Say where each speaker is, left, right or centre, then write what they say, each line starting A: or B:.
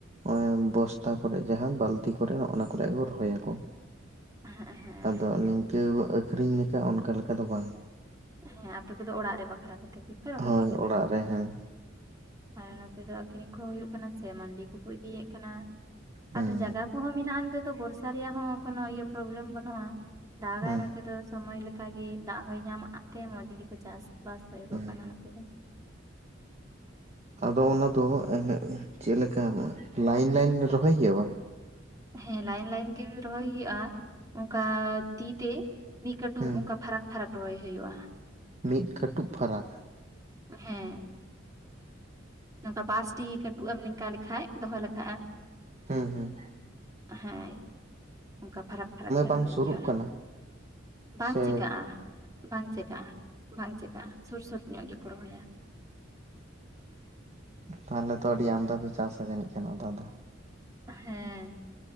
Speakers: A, on the right; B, on the right.
A: ᱚᱱᱮ ᱵᱚᱥᱛᱟ ᱠᱚᱨᱮ ᱡᱟᱦᱟᱸ ᱵᱟᱹᱞᱛᱤ ᱠᱚᱨᱮ ᱱᱚᱜ-ᱚ ᱱᱚᱶᱟ ᱠᱚ ᱨᱮᱭᱟᱜ ᱠᱚ ᱨᱚᱦᱚᱭᱟᱠᱚ᱾
B: ᱦᱮᱸ ᱦᱮᱸ
A: ᱟᱫᱚ ᱱᱤᱝᱠᱟᱹ ᱟᱹᱠᱷᱨᱤᱧ ᱞᱮᱠᱟ ᱚᱱᱠᱟ ᱞᱮᱠᱟ ᱫᱚ ᱵᱟᱝ?
B: ᱦᱮᱸ ᱟᱯᱮ ᱠᱚᱫᱚ ᱚᱲᱟᱜ ᱨᱮ ᱵᱟᱠᱷᱨᱟ ᱠᱚᱛᱮ ᱜᱮᱯᱮ ᱨᱚᱦᱚᱭᱮᱫ
A: ᱦᱳᱭ
B: ᱠᱟᱱᱟ?
A: ᱚᱲᱟᱜ ᱨᱮ ᱦᱮᱸ
B: ᱟᱨ ᱱᱚᱛᱮ ᱫᱚ ᱟᱹᱠᱷᱨᱤᱧ ᱠᱚᱦᱚᱸ ᱦᱳᱭᱳᱜ ᱠᱟᱱᱟ ᱥᱮ ᱢᱟᱹᱱᱰᱤ ᱠᱚ ᱠᱚ ᱤᱫᱤᱭᱮᱫ ᱠᱟᱱᱟ᱾
A: ᱦᱮᱸ
B: ᱟᱫᱚ ᱡᱟᱜᱟ ᱠᱚᱦᱚᱸ ᱢᱮᱱᱟᱜᱼᱟ ᱱᱚᱛᱮ ᱫᱚ ᱵᱚᱨᱥᱟ ᱨᱮᱭᱟᱜ ᱦᱚᱸ ᱠᱳᱱᱳ ᱤᱭᱟᱹ ᱯᱨᱚᱵᱞᱮᱢ ᱵᱟᱹᱱᱩᱜᱼᱟ᱾ ᱫᱟᱜᱟᱭ
A: ᱦᱮᱸ
B: ᱱᱚᱛᱮ ᱫᱚ ᱥᱚᱢᱚᱭ ᱞᱮᱠᱟ ᱜᱮ ᱫᱟᱜ ᱦᱚᱸᱭ ᱧᱟᱢ ᱟᱜ ᱛᱮ ᱢᱚᱸᱡᱽ ᱜᱮᱠᱚ ᱪᱟᱥ᱾ ᱵᱟᱥ ᱦᱩᱭᱩᱜᱚᱜ
A: ᱦᱮᱸ
B: ᱠᱟᱱᱟ ᱱᱚᱛᱮ ᱫᱚ᱾
A: ᱟᱫᱚ ᱚᱱᱟ ᱫᱚ ᱮᱦᱮᱜ ᱪᱮᱫ ᱞᱮᱠᱟ ᱞᱟᱭᱤᱱ ᱞᱟᱭᱤᱱ ᱨᱚᱦᱚᱭ ᱦᱩᱭᱩᱜᱼᱟ?
B: ᱦᱮᱸ ᱞᱟᱭᱤᱱ ᱞᱟᱭᱤᱱ ᱜᱮ ᱨᱚᱦᱚᱭ ᱦᱩᱭᱩᱜᱼᱟ ᱚᱱᱠᱟ ᱛᱤ ᱛᱮ᱾ ᱢᱤᱫ ᱠᱟᱹᱴᱩᱵ
A: ᱦᱮᱸ
B: ᱚᱱᱠᱟ ᱯᱷᱟᱨᱟᱠ ᱯᱷᱟᱨᱟᱠ ᱨᱚᱦᱚᱭ ᱦᱩᱭᱩᱜᱼᱟ᱾
A: ᱢᱤᱫ ᱠᱟᱹᱴᱩᱵ ᱯᱷᱟᱨᱟᱠ᱾
B: ᱦᱮᱸ᱾ ᱱᱚᱝᱠᱟ ᱯᱟᱸᱪᱴᱤ ᱠᱟᱹᱴᱩᱵ ᱮᱢ ᱱᱤᱝᱠᱟ ᱞᱮᱠᱷᱟᱡ ᱫᱚᱦᱚ ᱞᱮᱠᱷᱟᱡ ᱮᱢ
A: ᱦᱩᱸ ᱦᱩᱸ᱾
B: ᱦᱳᱭ᱾ ᱚᱱᱠᱟ ᱯᱷᱟᱨᱟᱯ ᱯᱷᱟᱨᱟᱯ ᱧᱚᱜ
A: ᱵᱟᱝ
B: ᱫᱚᱦᱚᱭ
A: ᱥᱩᱨᱩᱜ
B: ᱦᱩᱭᱩᱜᱼᱟ᱾
A: ᱠᱟᱱᱟ
B: ᱵᱟᱝ
A: ᱥᱮ
B: ᱪᱮᱠᱟᱜᱼᱟ ᱵᱟᱝ ᱪᱮᱠᱟᱜᱼᱟ᱾ ᱵᱟᱝ ᱪᱮᱠᱟᱜᱼᱟ ᱥᱩᱨ ᱥᱩᱨ ᱧᱚᱜ ᱜᱮᱠᱚ ᱨᱚᱦᱚᱭᱟ᱾
A: ᱛᱟᱦᱞᱮ ᱛᱚ ᱟᱹᱰᱤ ᱟᱢᱫᱟᱯᱮ ᱪᱟᱥᱟ ᱡᱟᱹᱱᱤᱡ ᱠᱷᱟᱱ ᱟᱫᱟ ᱫᱚ?
B: ᱦᱮᱸ᱾